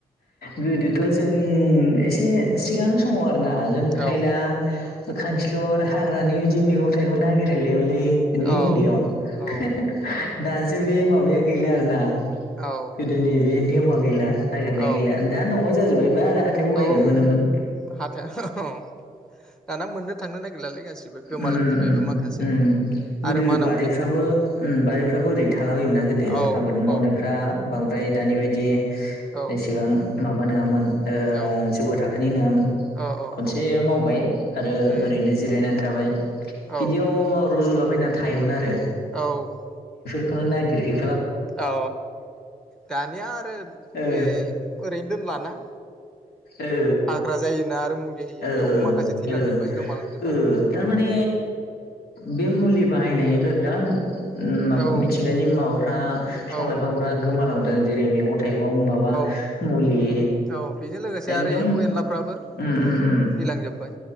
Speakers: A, on the left; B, in the centre.
A: गोदोथ' जों एसे सिगां समाव नाजों खायला
B: औ
A: खांखिलर हाग्रानि बिदि मैगं थाइगं नागिरहैलाय लै इन्दै
B: औ
A: इन्दैयाव।
B: औ
A: <unintelligible> दासो बि मा बे गैलिया आरो ना।
B: औ
A: गोदोनि बे नेमा गैला। नागिरनाय
B: औ
A: गैलाया दा न'आव जाजोबबायबा आरो हाथायाव बायनो
B: औ
A: मोनोमोन।
B: हाथा औ दाना मोननो थांनो नागिरलालै गासिबो गोमालांजोब्बायबो
A: उम उम
B: माखासे
A: उम गोदो
B: आरो माना
A: बारिफ्राबो
B: मुनि
A: उम बारिफ्राबो ओरैनो थालाबायोमोन ना
B: औ
A: गोदो आबाद मावनायफ्रा
B: औ
A: बांद्राय दानि बायदि
B: औ
A: इसेबां माबा नङामोन ओ
B: औ
A: जौगा थाखोनि नङामोन।
B: औ औ
A: खनसे मावबाय आरो
B: उम
A: ओरैनो जिरायनानै थाबाय
B: औ
A: बिदियाव रज'ला बायनानै थायोमोन आरो
B: औ।
A: थ' नागिरहै
B: औ दानिया आरो
A: ओ
B: बै ओरैनो दोनलाना।
A: ओ
B: हाग्रा जायोना आरो। मुलि होयो
A: ओ
B: बेयावबो
A: ओ
B: माखासे थैलांजोब्बाय
A: ओ
B: गोमालांजोब्बाय
A: ओ थारमाने बे मुलि बाहायनायनिफ्राय बिराद ओम माबा
B: औ
A: मिथिंगानि माबाफ्रा बिफां
B: औ
A: लाइफांफ्रा गोम मालांदों जेरै मेगं थाइगं माबा
B: औ
A: मुलि
B: औ बेजों लोगोसे आरो
A: एकदम
B: एम्फौ एनलाफ्राबो
A: ओम ओम।
B: थैलांजोबबाय